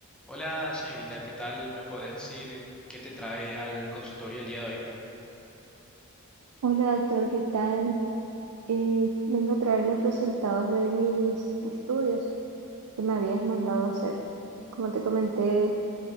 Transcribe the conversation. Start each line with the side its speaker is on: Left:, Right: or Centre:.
Centre: Hola señorita, ¿qué tal? ¿Me puedes decir qué te trae al consultorio el día de hoy?
Right: Hola doctor, ¿qué tal? Eh, vengo a traer los resultados de mis estudios que me habías mandado hacer. Como te comenté,